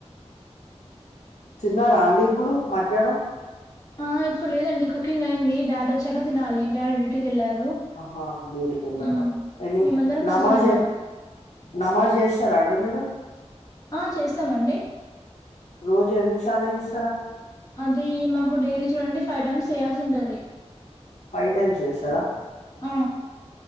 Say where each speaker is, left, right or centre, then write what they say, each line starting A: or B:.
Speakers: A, on the left; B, on the left.
A: తిన్నార అండి ఇప్పుడు మధ్యానం
B: ఆ ఇప్పుడు లేదండి కుకింగ్ అయింది డాడీ వచ్చాక తినాలి డాడీ డ్యూటీకి వెళ్ళారు
A: ఆహా డ్యూటీకి వెళ్ళాడా
B: మ్మ్.
A: ఎని
B: మేమందరం కలిసి
A: నమాజ
B: తింటాం
A: నమాజ్ చేస్తారా అండి మీరు
B: ఆ చేస్తామండి
A: రోజ ఎన్నిసార్లు చేస్
B: అది మాకు డైలీ చూడండి ఫైవ్ టైమ్స్ చేయాల్సి ఉంటాది
A: ఫైవ్ టైమ్స్ చేస్తారా
B: ఆ